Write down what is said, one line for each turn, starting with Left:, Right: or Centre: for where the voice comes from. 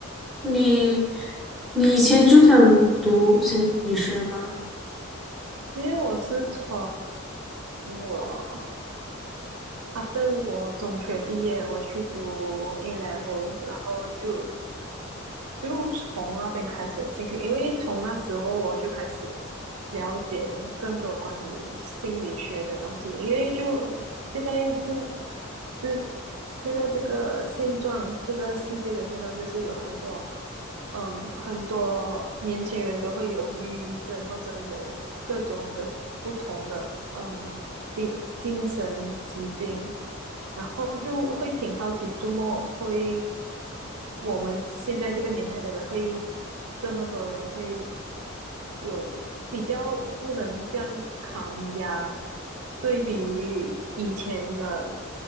Centre: 你你以前就想读心理学吗？
Right: 嗯，因为我是从我 after 我中学毕业，我去读 A levels，然后就就从那边开始有兴趣，因为从那时候我就开始了解更多关于心理学的东西，因为就现在自这现在这个现状，这个世界的现状就是有很多，嗯，很多年轻人都会有抑郁症，或者有各种各不同的，嗯，精精神疾病，然后就会挺好奇，周末会我们现在这个年代的人会这么多人会。有比较不能这样抗压，对比于以前的